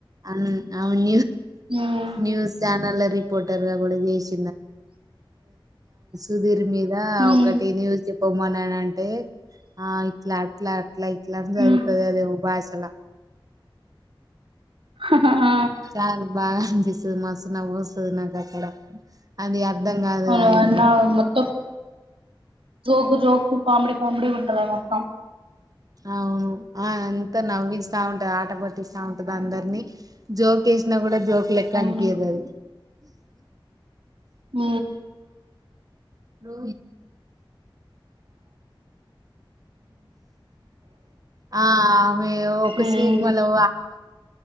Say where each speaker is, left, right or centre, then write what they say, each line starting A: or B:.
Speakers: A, on the right; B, on the right.
A: అ న్
B: ఉమ్
A: న్యూస్ ఛానల్ రిపోర్ క కూడాయిసి ుీర్ మీద
B: ఉమ్
A: ఒక చె బమన అంటే ఆ ఇట్లా అ ట్లా లైట్లా చదుగుతది
B: ఉమ్
A: అద బయసాల
B: హ హ ఆ
A: చాలా బాగా అనిపిించదు మస్తు నవ్వొస్తది నా కాడా అది అర్ధం కాదు
B: అవును
A: ఆయనకు
B: అన్నా మత్త జోక్ జోక్ కామెడీ కామెడీ ఉంటుందా మొత్తం
A: అవును ఆ అంతా నవ్విస్తా ఉంటది ఆట పట్టిస్తా ఉంటది అందరినీ జోకేసినా కూడా జోక్ లెక్క
B: అవును
A: అనిపియ్యదు అది
B: ఆ
A: ను ఆ ఏ ఆ ఒక
B: ఉమ్
A: సిని సినిమలో